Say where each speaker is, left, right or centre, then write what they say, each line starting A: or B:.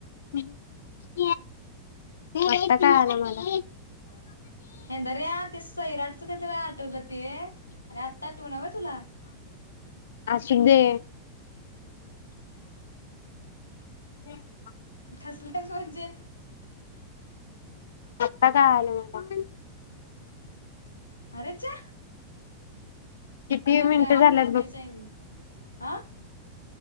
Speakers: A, on the left (about 60°); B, on the left (about 80°).
A: <inaudible> आत्ता कळालं मला
B: हेंदऱ्या ते सैराटच ते आठवलं ते आणि आत्ता आठवना व्हय तुला
A: असुंदे <inaudible>
B: <unintelligible> म्हणजे
A: आत्ता कळालं मला
B: अरेच्या
A: किती
B: तुला
A: मिनिटं
B: काळाल
A: झाल्यात
B: तस नाही
A: बघ
B: चाय मी हा